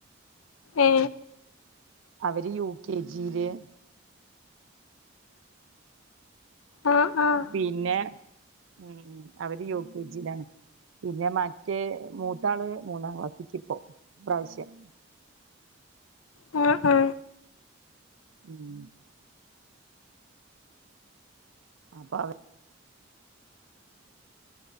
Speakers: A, on the left (about 80°); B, on the right (about 70°).
A: ഏ
B: അവര് യു. കെ. ജില്
A: ആഹ് ആഹ്
B: പിന്നെ ഉം അവര് യു. കെ ജിലാണ് പിന്നെ മറ്റേ മൂത്താള് മൂന്നാം ക്ലാസിക്കിപ്പോ ഇപ്രാവശ്യം
A: ആ ആ
B: ഉം അപ്പ വ